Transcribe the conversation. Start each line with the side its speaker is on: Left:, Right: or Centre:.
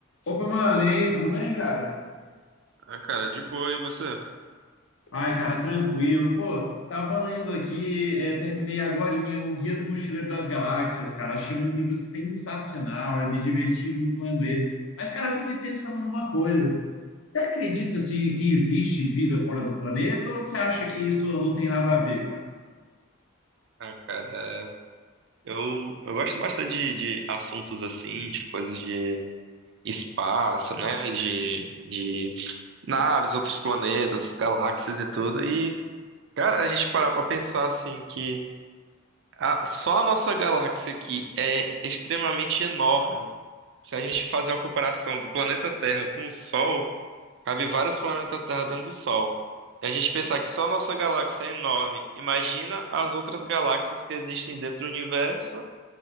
Left: Opa, mano, e aí, tudo bem, cara?
Right: Ah, cara, de boa, e você?
Left: Ai, cara, tranquilo. Pô, tava lendo aqui, é, terminei agorinha o Guia do Mochileiro das Galáxias, cara. Achei um livro sensacional, eu me diverti muito lendo ele. Mas, cara, eu fiquei pensando numa coisa. Você acredita, assim, que existe vida fora do planeta ou você acha que isso não tem nada a ver, cara?
Right: Ah, cara, é, eu, eu gosto bastante de, de assuntos assim, de coisas de espaço, né? De, de naves, outros planetas, galáxias e tudo. E, cara, a gente parar pra pensar assim que a- só a nossa galáxia aqui é extremamente enorme. Se a gente fazer uma comparação do planeta Terra com o Sol. Cabe vários planetas Terra dentro do Sol. E a gente pensar que só a nossa galáxia é enorme. Imagina as outras galáxias que existem dentro do universo.